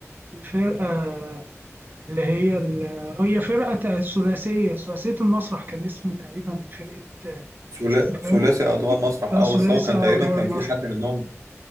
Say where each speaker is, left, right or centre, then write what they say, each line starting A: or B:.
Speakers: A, on the right; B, on the right.
A: الفرقة اللي هي ال- هي فرقة تا- ثلاثية ثلاثية المسرح كان اسم تقريبا فرقة آه،
B: ثلا-
A: سعيد غانم
B: ثلاثي اضواء المسرح
A: لا
B: اه
A: ثلاثي
B: بس هو كان
A: آه،
B: تقريبا
A: أدوار
B: كان في حد منهم